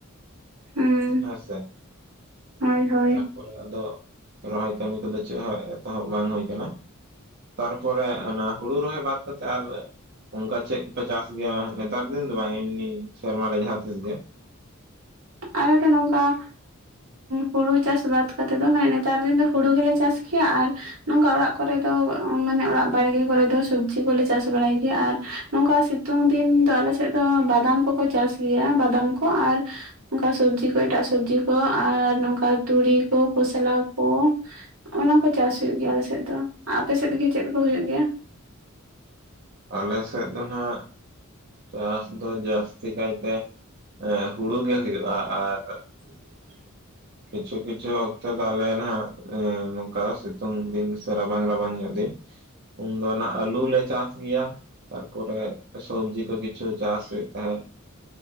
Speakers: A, on the right; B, on the right.
A: ᱦᱩᱸ
B: ᱦᱮᱸ ᱥᱮ
A: ᱦᱳᱭ ᱦᱳᱭ
B: ᱛᱟᱨᱯᱚᱨᱮ ᱟᱫᱚ ᱨᱚᱦᱚᱭ ᱠᱟᱹᱢᱤ ᱠᱚᱫᱚ ᱪᱮᱫ ᱦᱚᱸ ᱮᱛᱚᱦᱚᱵ ᱵᱟᱝ ᱦᱩᱭ ᱟᱠᱟᱱᱟ᱾ ᱛᱟᱨᱯᱚᱨᱮ ᱚᱱᱟ ᱦᱩᱲᱩ ᱨᱚᱦᱚᱭ ᱵᱟᱫᱽ ᱠᱟᱛᱮᱜ ᱟᱨ ᱚᱱᱠᱟ ᱪᱮᱫ ᱠᱚ ᱯᱮ ᱪᱟᱥ ᱜᱮᱭᱟ ᱱᱮᱛᱟᱨ ᱫᱤᱱ ᱫᱚ ᱵᱟᱝ ᱮᱢᱱᱤ ᱥᱮᱨᱢᱟ ᱨᱮ ᱡᱟᱦᱟᱸᱛᱤᱥ ᱜᱮ?
A: ᱟᱞᱮ ᱫᱚ ᱱᱚᱝᱠᱟ ᱦᱩᱲᱩ ᱪᱟᱥ ᱵᱟᱫᱽ ᱠᱟᱛᱮᱫ ᱫᱚ ᱢᱟᱱᱮ ᱱᱮᱛᱟᱨ ᱫᱤᱱ ᱫᱚ ᱦᱩᱲᱩ ᱜᱮᱞᱮ ᱪᱟᱥ ᱜᱮᱭᱟ ᱟᱨ ᱱᱚᱝᱠᱟ ᱚᱲᱟᱜ ᱠᱚᱨᱮ ᱫᱚ ᱢᱟᱱᱮ ᱚᱲᱟᱜ ᱵᱟᱲᱜᱮ ᱠᱚᱨᱮ ᱫᱚ ᱥᱚᱵᱽᱡᱤ ᱠᱚᱞᱮ ᱪᱟᱥ ᱵᱟᱲᱟᱭ ᱜᱮᱭᱟ ᱟᱨ ᱱᱚᱝᱠᱟ ᱥᱤᱛᱩᱝ ᱫᱤᱱ ᱫᱚ ᱟᱞᱮ ᱥᱮᱫ ᱫᱚ ᱵᱟᱫᱟᱢ ᱠᱚᱠᱚ ᱪᱟᱥ ᱜᱮᱭᱟ ᱵᱟᱫᱟᱢ ᱠᱚ ᱟᱨ ᱚᱱᱠᱟ ᱥᱚᱵᱽᱡᱤ ᱠᱚ, ᱮᱴᱟᱜ ᱥᱚᱵᱽᱡᱤ ᱠᱚ, ᱟᱨ ᱱᱚᱝᱠᱟ ᱛᱩᱲᱤ ᱠᱚ, ᱠᱷᱚᱥᱞᱟ ᱠᱚ, ᱚᱱᱟ ᱠᱚ ᱪᱟᱥ ᱦᱩᱭᱩᱜ ᱜᱮᱭᱟ ᱟᱞᱮᱥᱮᱫ ᱫᱚ,, ᱟᱯᱮ ᱥᱮᱫᱜᱮ ᱪᱮᱫ ᱠᱚ ᱦᱩᱭᱩᱜ ᱜᱮᱭᱟ?
B: ᱟᱞᱮ ᱥᱮᱫ ᱫᱚ ᱱᱟᱜ ᱪᱟᱥ ᱫᱚ ᱡᱟᱹᱥᱛᱤ ᱠᱟᱭᱛᱮ ᱦᱩᱲᱩ ᱜᱮ ᱦᱩᱭᱩᱜᱼᱟ ᱟᱨ
A: <inaudible>
B: ᱠᱤᱪᱷᱩ ᱠᱤᱪᱷᱩ ᱚᱠᱛᱚ ᱫᱚ ᱟᱞᱮ ᱱᱟᱦᱸᱟᱜ ᱱᱚᱝᱠᱟ ᱥᱤᱛᱩᱝ ᱫᱤᱱ ᱥᱮ ᱨᱟᱵᱟᱝ ᱨᱟᱵᱟᱝ ᱧᱚᱜ ᱫᱤᱱ ᱩᱱᱫᱚ ᱚᱱᱟ ᱟᱹᱞᱩ ᱞᱮ ᱪᱟᱥ ᱜᱮᱭᱟ᱾ ᱛᱟᱨᱯᱚᱨᱮ ᱥᱚᱵᱽᱡᱤ ᱠᱚ ᱠᱤᱪᱷᱩ ᱪᱟᱥ ᱦᱩᱭᱩᱜ ᱛᱟᱦᱮᱸᱫ᱾